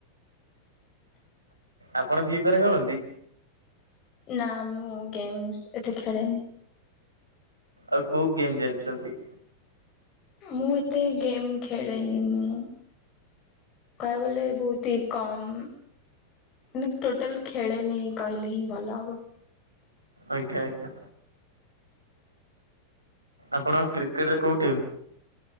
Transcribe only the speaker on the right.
ଆପଣ ଫ୍ରିଫାୟାର ଖେଳନ୍ତି?
ଆଉ କୋଉ ଗେମ୍ ଜାଣିଛନ୍ତି?
ଆଜ୍ଞା ଆଜ୍ଞା ଆପଣ କ୍ରିକେଟରେ କୋଉ ଟିମ୍?